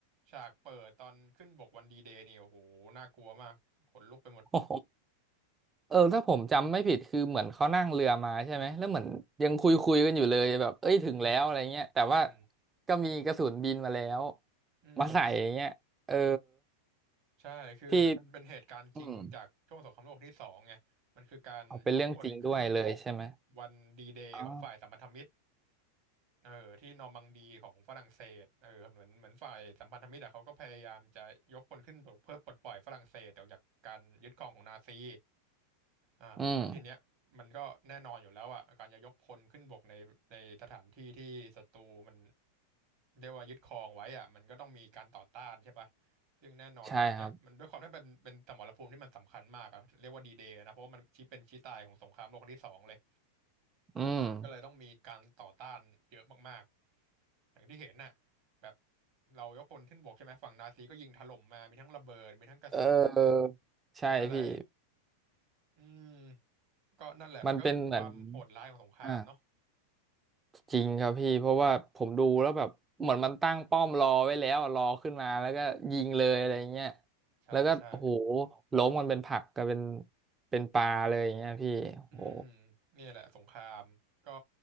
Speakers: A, on the right; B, on the right.
A: ฉากเปิดตอนขึ้นบกวันดีเดย์นี่โอ้โหน่ากลัวมากขนลุกไปหมด
B: <laughs> โอ้โหเออถ้าผมจำไม่ผิดคือเหมือนเขานั่งเรือมาใช่ไหมแล้วเหมือนยังคุยคุยกันอยู่เลยแบบเอ้ยถึงแล้วอะไรเงี้ยแต่ว่า
A: อืมอืม
B: ก็มีกระสุนบินมาแล้ว
A: อืม
B: มาใส่อย่างเงี้ยเออ
A: ใช่คือคือมันเป็นเหตุการณ์จริงจากช่วงสงครามโลกที่สองไงมันคือการยกพลขึ้นบก
B: พี่อืมเอาเป็นเรื่องจริงด้วยเลยใช่ไหม
A: วันดีเดย์ของฝ่ายสัมพันธมิตร
B: อ๋อ
A: เออที่นอร์มังดีของฝรั่งเศสเออเหมือนเหมือนฝ่ายสัมพันธมิตรอะเขาก็พยายามจะยกพลขึ้นปกเพื่อปลดปล่อยฝรั่งเศสออกจากการยึดครองของนาซีอ่าแล้วทีเนี้ยมันก็แน่นอนอยู่แล้วอะการจะยกพลขึ้นบกในในสถานที่ที่ศัตรูมัน
B: อืม
A: เรียกว่ายึดครองไว้อะมันก็ต้องมีการต่อต้านใช่ปะซึ่งแน่นอนว่าอันเนี้ยมันด้วยความที่เป็นเป็นสมรภูมิที่มันสำคัญมากอะเรียกว่าดีเดย์นะเพราะว่ามันชี้เป็นชี้ตายของสงครามโลกครั้งที่สองเลย
B: ใช่ครับอืม
A: ก็เลยต้องมีการต่อต้านเยอะมากๆ อย่างที่เห็นน่ะแบบเรายกพลขึ้นบกใช่ไหม ฝั่งนาซีก็ยิงถล่มมามีทั้งระเบิดมีทั้งกระสุน
B: เออใช่พี่
A: ทั้งอะไร อืม ก็นั่นแหละมันก็เป็นความโหดร้ายของสงครามเนาะ
B: มันเป็นเหมือนอ่า จริงครับพี่เพราะว่าผมดูแล้วแบบเหมือนมันตั้งป้อมรอไว้แล้วอะรอขึ้นมาแล้วก็ยิงเลยอะไรเงี้ย
A: ใช่ใช่
B: แล้วก็โอ้โหล้มมันเป็นผักกลายเป็นเป็นปลาเลยอย่างเงี้ยพี่โอ้โห
A: อืมเนี่ยแหละสงครามก็